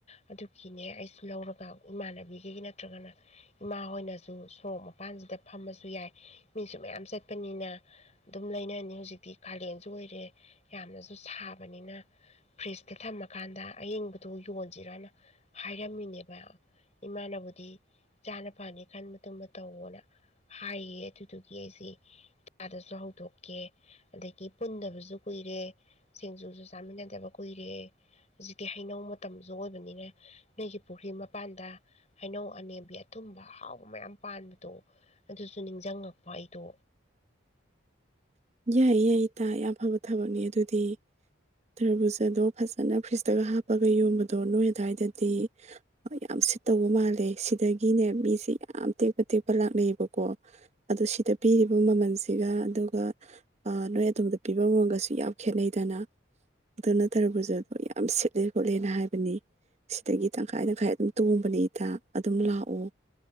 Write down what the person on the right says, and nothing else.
ꯌꯥꯏ ꯌꯥꯏ ꯏꯇꯥ ꯌꯥꯝꯐꯕ ꯊꯕꯛꯅꯤ ꯑꯗꯨꯗꯤ ꯇꯔꯕꯨꯖꯥꯗꯣ ꯐꯖꯅ ꯐ꯭ꯔꯤꯖꯇꯒ ꯍꯥꯞꯄꯒ ꯌꯣꯟꯕꯗꯣ ꯅꯣꯏ ꯑꯗꯨꯋꯥꯏꯗꯗꯤ ꯌꯥꯝ ꯁꯤꯠꯇꯧꯕ ꯃꯥꯜꯂꯦ ꯁꯤꯗꯒꯤꯅꯦ ꯃꯤꯁꯦ ꯌꯥꯝ ꯇꯦꯛꯄ ꯇꯦꯛꯄ ꯂꯥꯛꯅꯩꯌꯦꯕꯀꯣ ꯑꯗꯨ ꯁꯤꯗ ꯄꯤꯔꯤꯕ ꯃꯃꯜꯁꯤꯒ ꯑꯗꯨꯒ ꯅꯣꯏ ꯑꯗꯣꯝꯗ ꯄꯤꯕ ꯃꯃꯜꯒꯁꯨ ꯌꯥꯝ ꯈꯦꯠꯅꯩꯗꯅ ꯑꯗꯨꯇ ꯇꯔꯕꯨꯖꯗꯣ ꯑꯗꯣ ꯌꯥꯝ ꯁꯤꯠꯂꯦ ꯈꯣꯠꯂꯦꯅ ꯍꯥꯏꯕꯅꯤ ꯁꯤꯗꯒꯤ ꯇꯪꯈꯥꯏ ꯇꯪꯈꯥꯏ ꯑꯗꯨꯝ ꯇꯣꯡꯕꯅꯦ ꯏꯇꯥ ꯑꯗꯨꯝ ꯂꯥꯛꯑꯣ